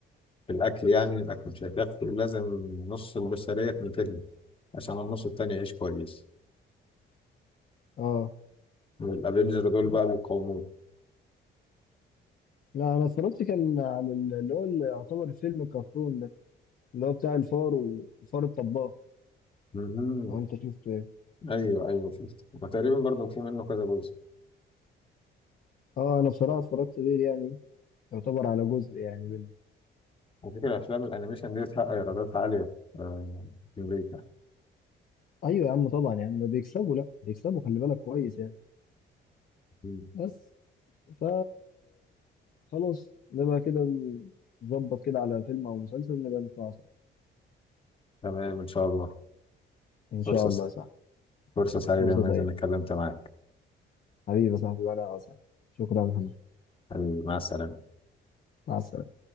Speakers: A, on the left (about 25°); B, on the left (about 45°).
A: في الاكل يعني الاكل مش هيكفي لازم نص البشريه تنتهي عشان النص التاني يعيش كويس
B: اه
A: والافنجر دول بقى
B: لا
A: بيقاوموه
B: لا انا اتفرجت كان على ال- اللي هو اللي يعتبر فيلم الكرتون ده اللي هو بتاع الفار والفار الطباخ
A: مهم.
B: لو انت شفته يعني
A: ايوه ايوه شفت وتقريبا برضه في منه كذا جزء
B: اه انا بصراحه اتفرجت غير يعني يعتبر على جزء يعني منه
A: على فكرة أفلام الأنيميشن دي تحقق إيرادات عالية آه، في أمريكا
B: ايوه يا عم طبعا يعني بيكسبوا لا بيكسبوا خلي بالك كويس يعني
A: مم.
B: بس ف خلاص نبقى كده نظبط كده على فيلم أو مسلسل نبقى نسمعه سوا
A: تمام إن شاء الله
B: إن شاء
A: فرصة
B: الله صح
A: فرصة سعيدة
B: فرصة
A: يا مازن
B: سعيدة
A: إني اتكلمت معاك
B: حبيبي يا صاحبي وأنا أسعد شكرا يا محمد
A: حبيبي مع السلامة
B: مع السلامة